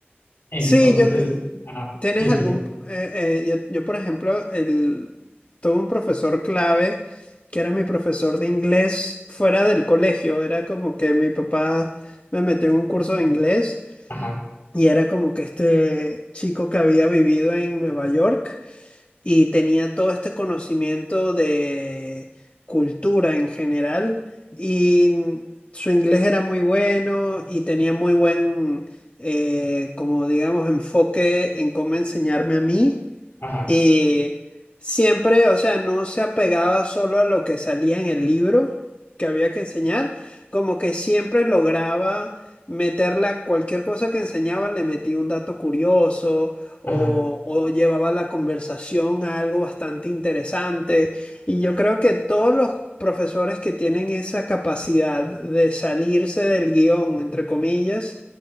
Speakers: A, on the left; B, on the left.
A: Entonces,
B: Sí, yo que-
A: ajá,
B: tienes
A: sí, sí,
B: algún
A: sí.
B: eh, eh, yo, yo, por ejemplo el tuve un profesor clave que era mi profesor de inglés fuera del colegio, era como que mi papá me metió en un curso de inglés
A: Ajá,
B: y era como que este chico que había vivido en Nueva York y tenía todo este conocimiento de cultura en general y mm, su inglés era muy bueno y tenía muy buen, eh, como digamos, enfoque en cómo enseñarme a mí
A: ajá,
B: y siempre, o sea, no se apegaba solo a lo que salía en el libro que había que enseñar, como que siempre lograba meterla, a cualquier cosa que enseñaba, le metía un dato curioso o,
A: ajá,
B: o llevaba la conversación a algo bastante interesante. Y yo creo que todos los profesores que tienen esa capacidad de salirse del guión, entre comillas,